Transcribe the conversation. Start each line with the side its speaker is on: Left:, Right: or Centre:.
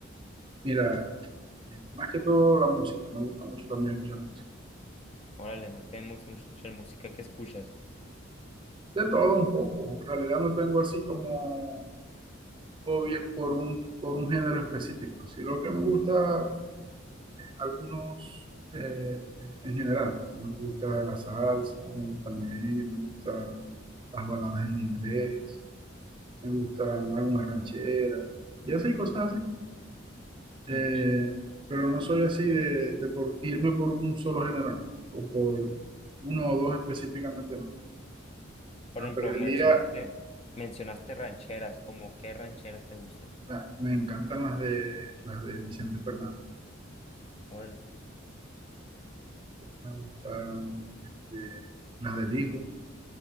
Right: mira, eh, más que todo la música, me gusta mucho también escuchar música.
Left: Órale, a mí también me gusta mucho escuchar música. ¿Qué escuchas?
Right: De todo un poco, en realidad no tengo así como un hobby por un, por un género específico, Sí, lo que me gusta eh, algunos eh, en general. pues, Me gusta la salsa, me gusta el merengue, me gusta las baladas en inglés, me gustan algunas rancheras, y así cosas Eh,
Left: Ujú.
Right: pero no soy así de, de por irme por un solo género, no, o por uno o dos específicamente, no.
Left: Por ejemplo,
Right: Aprendí
Left: mencionaste,
Right: a,
Left: mencionaste rancheras, como qué rancheras te gustan.
Right: la- me encantan las de, las de Vicente Fernández,
Left: Órale,
Right: me gustan eh, las del hijo,